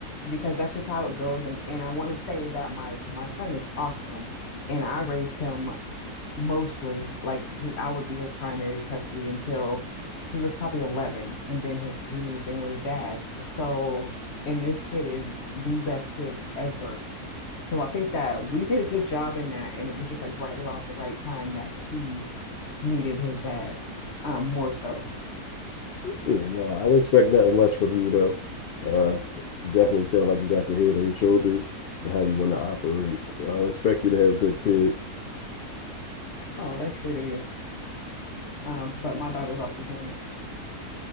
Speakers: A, on the left; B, on the left.
A: because that's just how it goes. And and I want to say that my my son is awesome, and I raised him mostly like he I would be his primary custody until he was probably 11 and then his, he moved in with his dad. So and this kid is the best kid ever. So I think that we did a good job in that and it was just like right around the right time that he needed his dad um more so.
B: Yeah, no, I would expect nothing less from you though. Uh, you definitely sound like you got your head on your shoulders and how you want to operate. So I would expect you to have good kids.
A: Oh, that's sweet of you. Um but my daughter's off the chain.